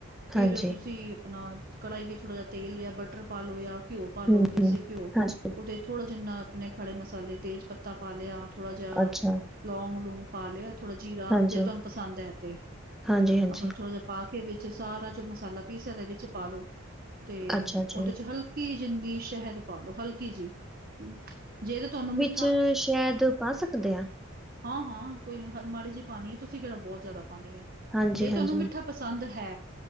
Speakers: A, on the right; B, in the centre.
A: ਫਿਰ
B: ਹਾਂਜੀ,
A: ਤੁਸੀਂ ਅਪਣਾ ਕੜਾਈ ਵਿੱਚ ਥੋੜ੍ਹਾ ਜੇਹਾ ਤੇਲ ਯਾ ਬਟਰ ਪਾ ਲੋ ਯਾ ਘਿਓ ਪਾ ਲੋ
B: ਹੂੰ-ਹੂੰ,
A: ਦੇਸੀ ਘਿਓ,
B: ਹਾਂਜੀ,
A: ਉਹਦੇ ਥੋੜ੍ਹਾ ਜਿੰਨਾ ਅਪਣੇ ਖੜੇ ਮਸਾਲੇ ਤੇਜ ਪਤਾ ਪਾ ਲੇਆ ਥੋੜਾ ਜੇਹਾ
B: ਅੱਛਾ,
A: ਲੌਂਗ ਲੂੰਗ ਪਾ ਲੇਆ ਥੋੜਾ ਜੀਰਾ
B: ਹਾਂਜੀ,
A: ਜੇ ਤੁਹਾਨੂੰ ਪਸੰਦ ਹੈ ਤੇ,
B: ਹਾਂਜੀ-ਹਾਂਜੀ,
A: ਅਪਣਾ ਥੋੜਾ ਜੇਹਾ ਪਾ ਕੇ ਵਿੱਚ ਸਾਰਾ ਜੋ ਮਸਾਲਾ ਪੀਸਿਆ ਦਾ ਵਿੱਚ ਪਾਲੋ, ਤੇ
B: ਅੱਛਾ
A: ਉਹਦੇ
B: ਜੀ,
A: ਚ ਹਲ ਹਲਕੀ ਜਿੰਨੀ ਸ਼ੇਹਦ ਪਾਲੋ ਹਲਕੀ ਜਿਹ, ਜੇ ਤੇ ਤੁਹਾਨੂੰ ਮਿ
B: ਚ ਸ਼ੇਹਦ ਪਾ ਸਕਦੇ ਆ?
A: ਹਾਂ-ਹਾਂ ਕੋਈ ਨੀ ਹ ਮਾੜੀ ਜਿਹ ਪਾਣੀ ਏ ਤੁਸੀਂ ਕੇਹੜਾ ਬੋਹਤ ਜ਼ਆਦਾ ਪਾਣੀ ਏ,
B: ਹਾਂਜੀ-ਹਾਂਜੀ,
A: ਜੇ ਤੁਹਾਨੂੰ ਮਿੱਠਾ ਪਸੰਦ ਹੈ